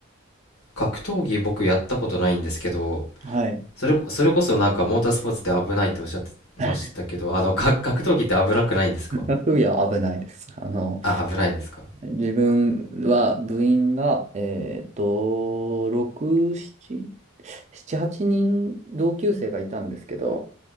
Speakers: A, on the left (about 85°); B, on the right (about 30°).
A: 格闘技僕やったことないんですけど、
B: はい。
A: それこ、それこそなんかモータースポーツで危ないっておっしゃってましたけど、
B: <laughs>
A: あの、か、格闘技って危なくないんですか
B: 学部は危ないです。あの、
A: あ、危ないですか
B: 自分は部員が、えっと、6、7、7、8人同級生がいたんですけど、